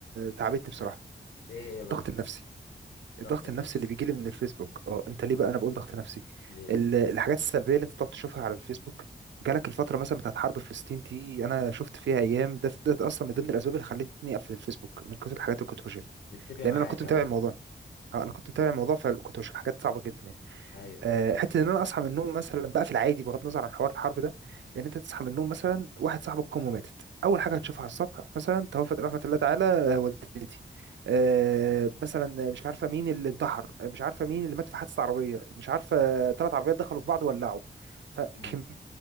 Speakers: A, on the right; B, on the left.
A: تعبتني بصراحة
B: ايه هي بقى
A: الضغط النفسي الضغط
B: ضغط النفس
A: النفسي اللي بيجي لي من الفيسبوك اه انت ليه بقى انا بقول ضغط نفسي
B: ليه
A: ال- الحاجات السلبيه اللي انت بتقعد تشوفها على الفيسبوك جالك الفتره مثلا بتاعت حرب فلسطين دي انا شفت فيها ايام ده, ده اصلا من ضمن الاسباب اللي خلتني اقفل الفيسبوك من كتر الحاجات اللي كنت بشوفها
B: نتفق معاك
A: لان انا كنت متابع
B: ايوه
A: الموضوع اه، انا كنت متابع الموضوع فكنت بشوف حاجات صعبه جدا
B: ايوه
A: آه، حته ان انا اصحى من النوم مثلا بقى في العادي بغض النظر عن حوار الحرب ده ان انت تصحى من النوم مثلا واحد صاحبك امه ماتت اول حاجه هتشوفها على الصبح مثلا توفت رحمه الله تعالى آه، والدتي آه، مثلا مش عارفه مين اللي انتحر مش عارفه مين اللي مات في حادثه عربيه مش عارفه ثلاث عربيات دخلوا في بعض وولعوا فكميه
B: امم